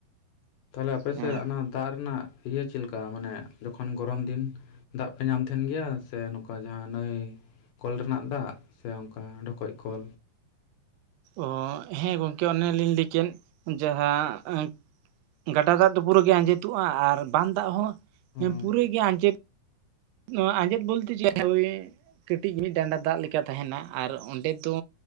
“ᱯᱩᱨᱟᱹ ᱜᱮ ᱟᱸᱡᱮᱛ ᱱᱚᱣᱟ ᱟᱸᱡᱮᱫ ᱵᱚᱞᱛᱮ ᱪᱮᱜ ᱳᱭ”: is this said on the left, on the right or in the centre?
Right